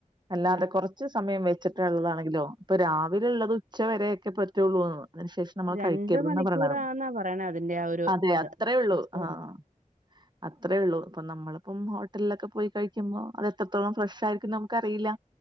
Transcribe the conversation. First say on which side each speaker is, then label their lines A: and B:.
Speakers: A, on the right; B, on the right.
A: അല്ലാതെ
B: ആഹ്
A: കൊറ ച്ച്‌ സമയം വെച്ചിട്ടുള്ളതാണെങ്കിലോ ഇപ്പൊ രാവിലെ ഇള്ളത് ഉച്ചവരെയൊക്കെ പറ്റൊള്ളൂന്ന് അതിനുശേഷം നമ്മള്
B: രണ്ട്
A: കൈക്കരുതെന്നാ
B: മണിക്കൂറാന്നാ
A: പറയണെ
B: പറയണെ അതിന്റെ ആ ഒരു
A: അതെ
B: ഇത്
A: അത്രേള്ളൂ
B: എക്സ്പയറി
A: ആഹ് അത്രേള്ളൂ ഇപ്പൊ നമ്മള് അപ്പം ഹോട്ടൽലൊക്കെ പോയി കഴിക്കുമ്പോ അത് എത്രത്തോളം ഫ്രഷായിരിക്കും നമുക്കറിയില്ല